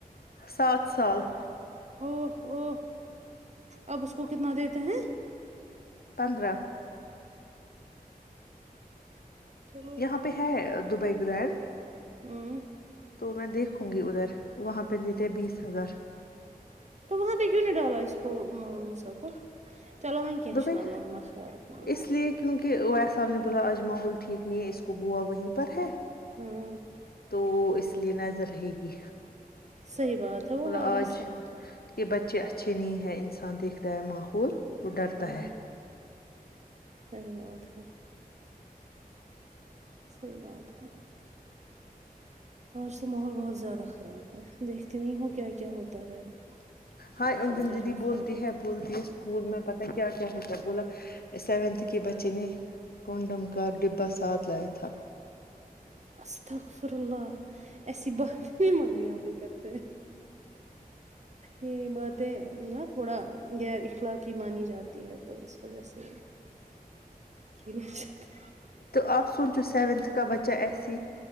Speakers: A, on the left (about 75°); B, on the right (about 45°).
A: سات سال
B: او او اب اس کو کتنا دیتے ہیں
A: پندرہ
B: چلو
A: یہاں پہ ہے دبئی گرینڈ
B: ہوں
A: تو میں دیکھوں گی ادھر وہاں پہ دیتے بیس ہزار
B: تو وہاں پہ کیوں نہیں ڈالا اس کو م مسا کو چلو و
A: دبئی
B: <unintelligible>
A: اس لیے کیونکہ او ایساحب نے بولا آج ماحول ٹھیک نہیں ہے اس کو بوا وہیں پر ہے
B: ہوں
A: تو اس لیے نظر رہے گی
B: صحیح بات ہے وہ
A: بولا
B: بات بھی
A: آج
B: صحیح ہے
A: کہ بچے اچھے نہیں ہیں انسان دیکھتا ہے ماحول تو ڈرتا
B: ہوں
A: ہے
B: صحیح بات ہے صحی بات تھا آج تو ماحول بہت زیادہ خراب ہے دیکھتی نہیں ہوں کیا کیا ہوتا ہے
A: ہائے
B: اللہ
A: انجم
B: تعالی رحم
A: دیدی بولتی
B: فرما
A: ہے بولتی ہے اسکول میں پت کیا کیا ہو تا بولا سیونتھ کے بچے نے کونڈم کر ڈبا ساتھ لایا تھا
B: استغفر اللہ ایسی بات نہیں مانگ رہی یہ پہ کرتے یہ باتیں نا تھوڑا غیر اخلاقی مانی جاتی ہے تو اس وجہ سے کہ نہیں
A: تو آپ سونچو سیونتھ کا بچہ ایسی